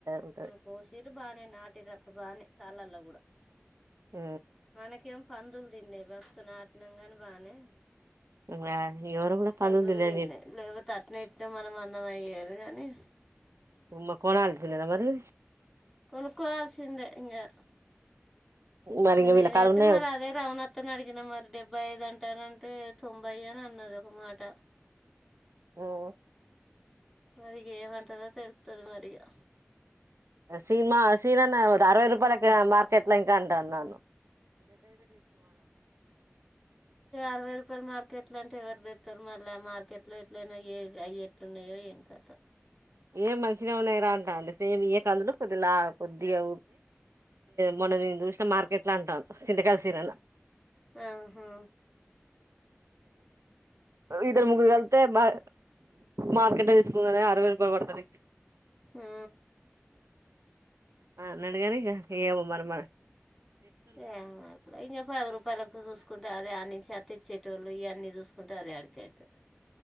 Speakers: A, on the right; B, in the centre.
A: ఉంటది
B: పోషీరు బాగానే నాటిరు అప్పుడు బాగానే సాలల్లో కూడా
A: ఆ
B: మనకేం పందులు తిన్నావి బస్తు నాటిన కాని బాగానే
A: ఉమ్ ఆ ఎవరో కూడా
B: పందులు
A: తిన్నాయని
B: తిన్నాయి
A: చెప్పి
B: లేకపోతే అట్న ఎట్న మనం అందం అయ్యే అందుగాని
A: ఉమ్మా కోన ఆళ తమరి
B: కొనుకోర్సిన లే ఇ
A: మరి ఇంగ
B: నేనైతే
A: వీళ్ళ కాడ ఉన్నాయి
B: మరి
A: కావచ్చు
B: అదే రవణత్తను అడిగినా మరి డెబ్బై ఐదు అంటానంటే తొంభై అని అన్నది ఒక మాట
A: ఆఓ
B: మరి ఏమంటందో తెలుస్తుంది మరిగా
A: స సినిమా సీమానే అరవై రూపాయలకి మార్కెట్ లో ఇంకా అంటాన్నాను
B: అరవై రూపాయలు మార్కెట్ ఇట్లాంటే ఎవరు తెస్తారు మళ్ళీ మార్కెట్లో ఎట్లయినా ఏ అయ్యేట్లున్నాయో ఏం కద
A: ఏం మంచిగా ఉన్నాయిరా అంటా అంటే సేమ్ ఏ కందులు కొద్దిలా కొద్దిగా మొన్న నేను చూసిన మార్కెట్ లా అంటాను చింతకాళసిర
B: ఆహా
A: ఇరు
B: ఆ
A: ముగల్తే బ మార్కెట్ అ తీసుకుపోరు అరవై రూపాయ పడతారు
B: ఆ
A: ఆ అడగానే ఇంక ఏవ మరి మరి
B: ఏ ఇంకా పది రూపాయలలకు చూసుకుంటే అదే ఆ నుంచి అతి ఇచ్చేటో ఇ అన్నీ చూసుకుంటే అది అడిక అవుతుంది